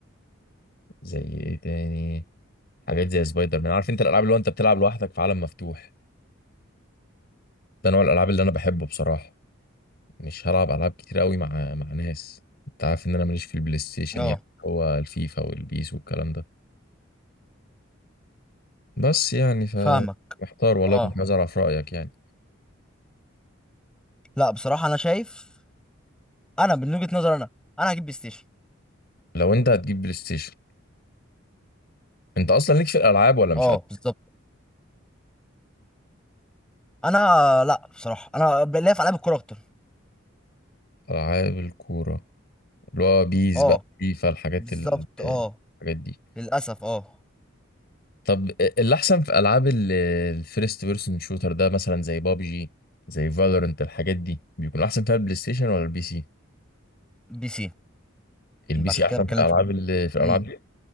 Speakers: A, on the left; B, in the centre.
A: زي إيه تاني حاجات زي سبايدر مان عارف أنت الألعاب اللي هو أنت بتلعب لوحدك في عالم مفتوح ده نوع الألعاب اللي أنا بحبه بصراحة مش هلعب ألعاب كتير قوي مع مع ناس أنت عارف إن أنا ماليش في البلاي ستيشن
B: اه
A: يعني هو الفيفا والبيس والكلام ده بس يعني ف
B: فاهمك
A: محتار والله
B: اه
A: كنت عايز أعرف رأيك يعني
B: لا بصراحه انا شايف انا من وجهه نظري انا انا هجيب بلاي ستيشن
A: لو أنت هتجيب بلاي ستيشن أنت أصلا ليك في الألعاب ولا مش
B: اه
A: قد
B: بالظبط انا لا بصراحه انا ليا في العاب الكوره اكتر
A: ألعاب الكورة اللي هو بيس
B: اه
A: بقى فيفا الحاجات
B: بالظبط
A: ال...
B: اه
A: الحاجات دي
B: للاسف اه
A: طب اللي احسن في العاب ال- الفيرست بيرسون شوتر ده مثلا زي بابجي زي فالورنت الحاجات دي بيكون احسن فيها البلاي ستيشن ولا البي سي
B: بي سي
A: البي
B: يبقى
A: سي
B: عشان
A: احسن
B: كده بتكلم
A: في الالعاب
B: في كده
A: اللي في الالعاب
B: امم
A: دي